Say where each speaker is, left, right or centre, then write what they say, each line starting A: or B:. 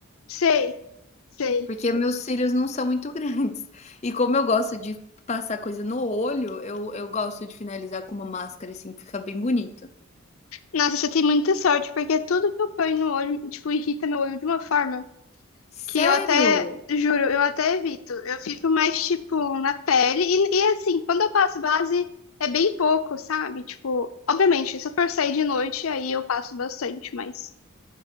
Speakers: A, on the left; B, on the left.
A: sei, sei.
B: porque meus cílios não são muito <laughs> grandes. E como eu gosto de passar coisa no olho, eu eu gosto de finalizar com uma máscara, assim, que fica bem bonito.
A: Nossa, você tem muita sorte, porque tudo que eu ponho no olho, tipo, irrita meu olho de uma forma
B: Sério?
A: que eu até, juro, eu até evito. Eu fico mais, tipo, na pele. E, e assim, quando eu passo base, é bem pouco, sabe? Tipo, obviamente, se eu for sair de noite, aí eu passo bastante, mas